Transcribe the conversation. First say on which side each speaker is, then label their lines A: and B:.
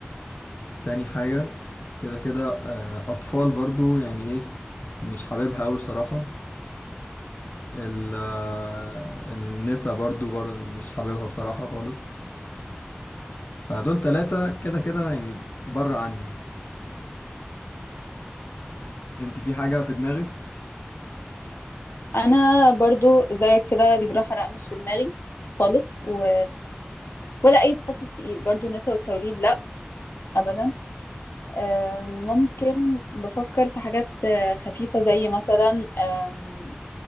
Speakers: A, on the left; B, on the left.
A: تاني حاجه كده كده آه، اطفال برضو يعني ايه مش حاببها قوي بصراحه ال- آه، النسا برضو برضو مش حاببها بصراحه خالص فدول ثلاثه كده كده يعني بره عني انت في حاجه في دماغك
B: انا برضو زيك كده الجراحة لا مش في دماغي خالص و... ولا اي تخصص تقيل برضو النساء والتوليد لا ابدا آم، ممكن بفكر في حاجات آه، خفيفة زي مثلا آم،